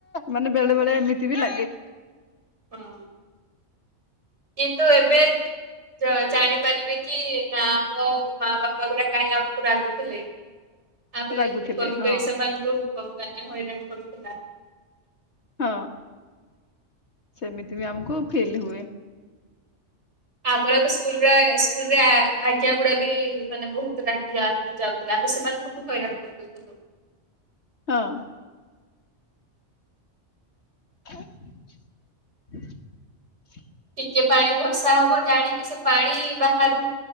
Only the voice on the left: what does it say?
ମାନେ ବେଳେ ବେଳେ ଏମିତି ବି ଲାଗେ।
ରାଗୁଥିଲେ
ହଁ
ହଁ ସେମିତି ବି ଆମକୁ ଫିଲ୍ ହୁଏ।
ହଁ ଅଁ। <inaudible>